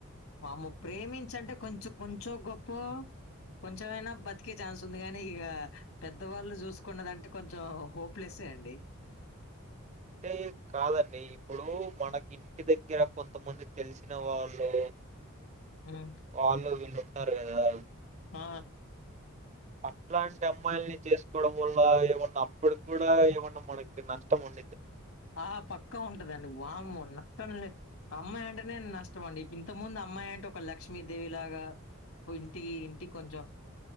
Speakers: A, on the left; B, on the right.
A: వామ్మో ప్రేమించంటే కొంచొ కొంచొ గొప్పో కొంచమైనా బతికే ఛాన్స్ ఉంది గాని ఇక పెద్దవాళ్ళు చూసుకున్నదంటే కొంచెం హోప్ ప్లెసే అండి
B: అంటే కాదండి ఇప్పుడు మనకి ఇంటి దగ్గర కొంతమంది తెలిసిన వాళ్ళు
A: ఉమ్మ్
B: వాళ్ళు వీళ్ళుంటారు కదా
A: ఆ
B: అట్లాంటి అమ్మాయిల్ని చేసుకోవడం వల్ల, ఏమన్నా అప్పుడు కూడా ఏమన్నా మనకి నష్టం ఉం
A: ఆ పక్కా ఉంటదండి వామ్మో నక్కంలే అమ్మాయి అంటేనేే నష్టం అండి, ఇంత ముందు అమ్మాయి అంటే ఒక లక్ష్మీదేవి లాగా పు ఇంటి ఇంటి కొంచం